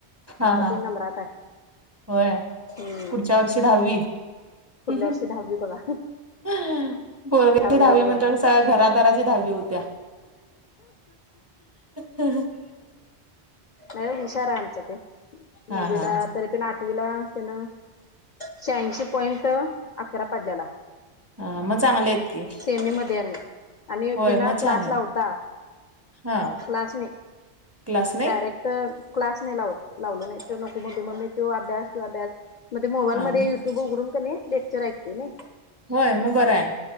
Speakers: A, on the right; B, on the left.
A: हां
B: आमचा
A: हां
B: बी नंबरात आहे
A: हो
B: हम्म
A: पुढच्यां वर्षी दहांवी
B: पुढल्या
A: हम्मं
B: वर्षी दहावी बघा
A: हम्मं पोरग्यांची
B: दहावीला
A: दहांवी
B: बघा
A: म्हणजे
B: आता
A: संपूर्ण घरादरांची दहांवी होत्यां ह <unintelligible>
B: नांय व हुषार आहे आमचंते
A: हा
B: नववी
A: हा
B: लां
A: हा
B: तरी पणं आठवीला त्यांला शयांणशी पॉइंट तं अकरा पांस झालां
A: हां मंग चांगलें आहेतं की
B: सेमी मध्यें आणलं आणि
A: होय
B: तिला
A: मग
B: क्लास
A: छान आहेत
B: नव्हतां
A: हा
B: क्लासने
A: क्लास नाही
B: डायरेक्ट तरं क्लास नाहीं लावतं लावलं नाहीं ते नको म्हण तो मम्मी तो अभ्यांस किंवा अभ्यांस मंग ते मोबाईल
A: हा
B: मध्यें युट्यूब उघडून की लेक्चर ऐकतेय नां
A: होय मग बरं आहे